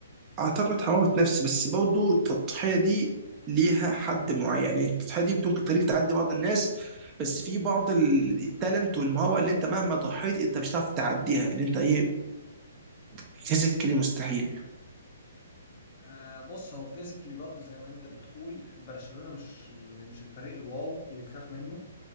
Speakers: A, on the right (about 20°); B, on the left (about 30°).
A: اعتقد حراره نفس بس برضه التضحيه دي ليها حد معين يعني التضحيه دي ممكن تخليك تعدي بعض الناس بس في بعض ال- التالنت والمهاره اللي انت مهما ضحيت انت مش هتعرف تعديها ان انت ايه فيزيكالي مستحيل
B: آه بص هو فيزيكلي برضو زي ما انت بتقول برشلونة مش مش الفريق الواو اللي تخاف منه